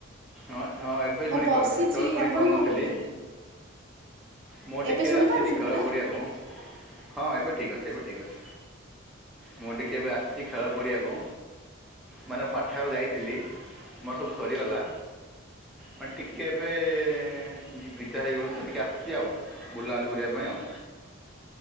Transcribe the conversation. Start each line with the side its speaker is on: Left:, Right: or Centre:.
Centre: ହଁ-ହଁ ଏବେ
Right: ମୁଁ
Centre: ଶୁଣି
Right: ବସିଛି
Centre: ପାରୁଛି ସେତେବେଳେ ଶୁଣି
Right: ଆପଣ
Centre: ପାରୁନଥିଲି।
Right: କଣ କରୁଛନ୍ତି
Centre: ମୁଁ ଟିକେ
Right: ଏବେ ଶୁଣି
Centre: ଆସିଛି
Right: ପାରୁଛନ୍ତି
Centre: ଖେଳ
Right: ନା?
Centre: ପଡ଼ିଆକୁ। ହଁ ଏବେ ଠିକ୍ ଅଛି
Right: ଆଚ୍ଛା
Centre: ଏବେ ଠିକ୍ ଅଛି ମୁଁ ଟିକେ ଏବେ ଆସିଚି। ଖେଳ ପଡ଼ିଆକୁ ମାନେ ପାଠାଗାର ଯାଇଥିଲି ମୋର ସବୁ ସରିଗଲା। ମାନେ ଟିକେ ଏବେ ବି ବିଦା ହେଇଗଲୁ ତ ଟିକେ ଆସିଚି ଆଉ। ବୁଲାବୁଲି କରିବା ପାଇଁ ଆଉ।